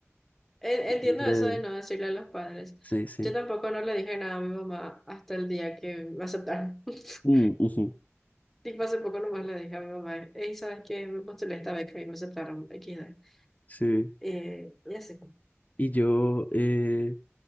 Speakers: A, in the centre; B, on the left.
A: En-
B: Entonces,
A: Entiendo eso de no decirle a los padres.
B: sí, sí.
A: Yo tampoco no le dije nada a mi mamá hasta el día que me aceptaron. <laughs>
B: Mm, ujú.
A: Tipo, hace poco nomás le dije a mi mamá, hey, ¿sabes qué? Me postulé esta beca y me aceptaron XD.
B: Sí.
A: Eh, y así.
B: Y yo, eh,